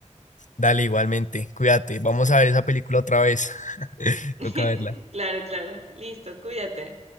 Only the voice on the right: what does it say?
<laughs>
Claro, claro. Listo, cuídate.